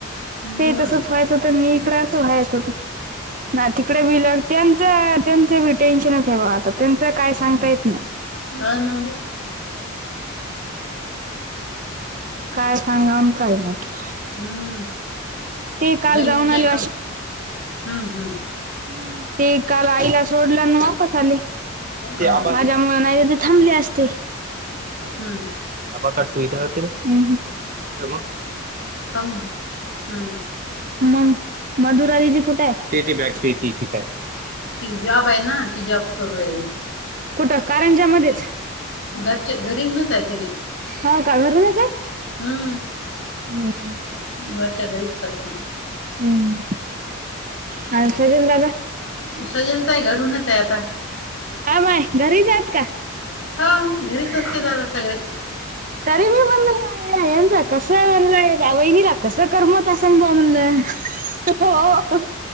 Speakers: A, on the left; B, on the right.
A: हम्म
B: ते तसंच व्हायच होतं आणि मी इकड असं व्हायच होतं ना तिकडे बि लग त्यांच त्यांच बी टेन्शनच आहे बुआ आता त्यांच काय सांगता येत नाही.
A: हा ना.
B: काय सांगाव आणि काय नाही.
A: हम्म.
B: ते काल
A: बहिणीच्या
B: जाऊन आले
A: हाय का? हम्म हम्म.
B: हम्म ते काल आईला सोडलं आणि वापस आले.
A: हम्म हो
B: माझ्यामुळं नाही तर थांबले असते.
A: हम्म
B: आबा <unintelligible> विचारत्यात? हं हं. तर मग?
A: खाऊन घ्या हम्म.
B: मग मधुरा दिदी कुठे आहे?
A: ति जॉब आहे ना ती जॉब करू राहिली.
B: कुठं कारंजामध्येच
A: घरच्या घरीव <unintelligible> त्या तिला.
B: हो का? घरूनच हाय?
A: हम्म.
B: हम्म.
A: वर सगळीच करतेत.
B: हम्म काय तरी लेका.
A: <unintelligible> ताई घरूनच आहे आता.
B: ए माय घरीच हायत का?
A: हो. घरीच
B: <inaudible>
A: असते दादा सगळे
B: तरी मी म्हनलं यांचा कस आहे म्हनलं हे वहिनी लाग कसं करमत असंन बुवा म्हणलं हो.